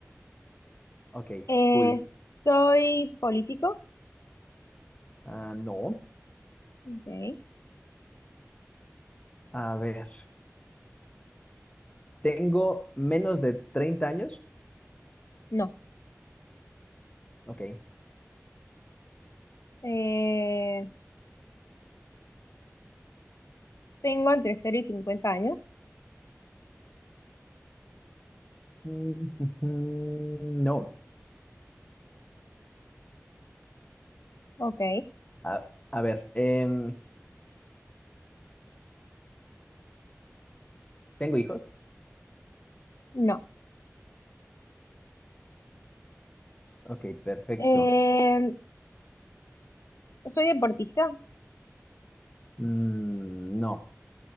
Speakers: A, on the left; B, on the left.
A: Ok,
B: Eh,
A: cool.
B: ¿soy político?
A: Ah, no.
B: Ok,
A: A ver. ¿Tengo menos de treinta años?
B: no.
A: Ok.
B: Eh, ¿tengo entre cero y cincuenta años?
A: Mm, mm, No.
B: Ok,
A: A, a ver. em, ¿tengo hijos?
B: no.
A: Ok, perfecto.
B: Eh, ¿soy deportista?
A: Mm, no.